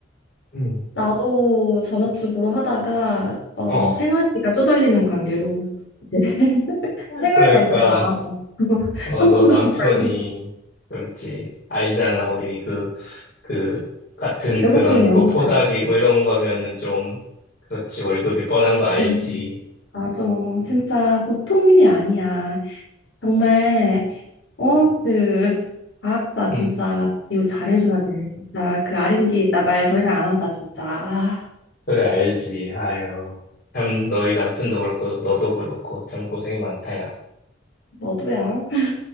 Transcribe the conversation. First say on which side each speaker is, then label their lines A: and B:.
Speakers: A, on the left (about 55°); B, on the left (about 70°).
A: 응,
B: 나도 전업주부로 하다가, 어,
A: 어.
B: 생활비가 쪼달리는 관계로 이제 <laughs> 생활
A: 그러니까.
B: 전세 나와서 <laughs>
A: 어,
B: 한
A: 너
B: 푼도
A: 남편이,
B: 못 벌고
A: 그렇지. 알잖아, 우리 그, 그, 같은
B: 배고픈
A: 그런,
B: 연구자.
A: 뭐, 포닥이고 이런 거면은 좀, 그렇지. 월급이 뻔한 거 알지.
B: 음. 맞아. 진짜 보통 일이 아니야. 정말, 어, 그, 과학자 진짜,
A: 응,
B: 이거 잘해줘야 돼. 진짜, 그 R&D, 나 말 더 이상 안 한다, 진짜. 아,
A: 그래, 알지. 아유. 참, 너희 남편도 그렇고, 너도 그렇고, 참 고생이 많다, 야.
B: 너도야. <laughs>